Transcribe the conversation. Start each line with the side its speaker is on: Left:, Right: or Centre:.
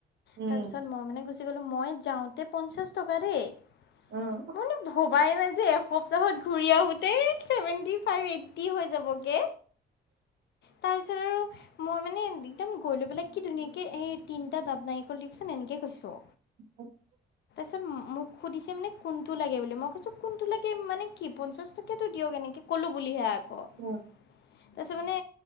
Right: উম,
Left: তাৰপিছত মই মানে গুছি মই যাওঁতে পঞ্চাছ টকা দেই,
Right: অ'।
Left: বুলো ভবাই নাই যে এক। কপচাহত ঘূৰি আহোতে ছেভেণ্টি ফাইভ এইট হৈ যাবগে তাৰপিছত আৰু মই মানে। একদম গৈ লৈ পেলাই কি ধুনীয়াকৈ এই তিনিটা দাব নাঙিকল দিয়কচোন এনেকৈছোঁ।
Right: অ
Left: তাৰ মোক সুধিছে মানে কোনটো লাগে বুলি মই কৈছোঁ কোনটো লাগে মানে কি পঞ্চাছ টকীয়াটো দিয়ক এনেকৈ ক'লোঁ বুলিহে। আকৌ
Right: উম,
Left: তাৰপিছত মানে